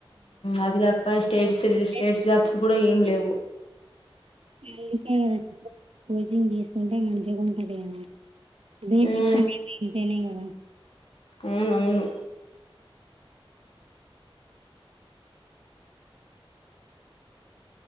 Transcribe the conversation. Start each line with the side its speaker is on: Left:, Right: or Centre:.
Left: అదిగాక స్టేట్స్
Right: అందుకే
Left: స్టేట్ జాబ్స్ కూడా ఏమి లేవు
Right: అందుకే కదా కోచింగ్ తీసుకుంటే మంచిగా ఉంటది కదా బేసిక్స్
Left: ఉమ్
Right: అనేవి ఇంతేనేమో
Left: అవునవును